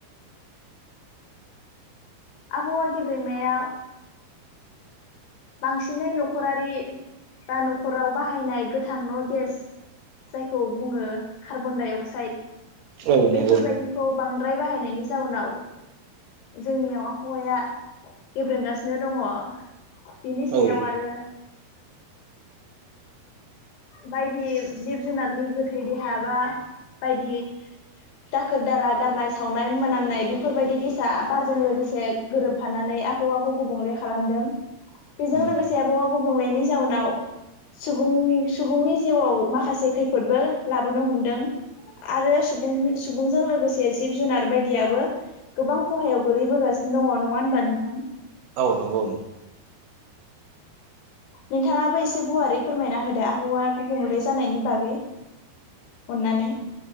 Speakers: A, on the left (about 80°); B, on the right (about 65°).
A: आबहावा गेब्रेंनाया बांसिनै न'खरारि बा न'खराव बाहायनाय गोथ गोथां न' गेस जायखौ बुङो कार्बन डाइ अक्साइड
B: औ नंगौ
A: बेफोरबायदिखौ बांद्राय बाहायनायनि जाउनाव जोंनियाव हौवाया गेब्रेंगासिनो दङ बिनि सायाव
B: औ उम
A: आरो बायदि जिब जुनारनि गोथै देहा बा बायदि दाखोर दाला गारनाय सावनाय मोनामनाय बेफोरबायदि गि फिसा बारजों लोगोसे गोरोबफानानै आबहा गुबुंले खालामदों। बेजों
B: उम
A: लोगोसे आब' गुबुंनायनि जाउनाव सुबुं सुबुंनि जिउआव माखासे खैफोदबो लाबोनो हमदों। आरो सुबुं सुबुंजों लोगोसे जिब जुनार बायदियाबो गोबां खहायाव गोलैबोगासिनो दङ नङा होनबा नोंथां।
B: औ नंगौ।
A: नोंथाङाबो एसे गुवारै फोरमायना होदो आबावा गुबुंले जानायनि बागै। अननानै